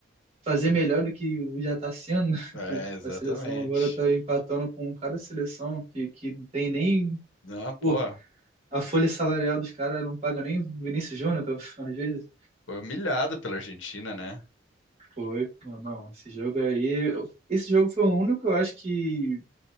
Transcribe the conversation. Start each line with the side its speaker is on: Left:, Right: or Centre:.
Right: fazer melhor do que o- já tá sendo, né? <laughs>
Left: É,
Right: que
Left: exatamente.
Right: a seleção agora tá empatando com cada seleção que, que não tem nem.
Left: Não, pô,
Right: Pô, a folha salarial dos caras não paga nem o Vinícius Júnior, tá, <laughs> às vezes.
Left: foi humilhado pela Argentina, né?
Right: Foi, pô, não, esse jogo aí, eu- esse jogo foi o único, eu acho que,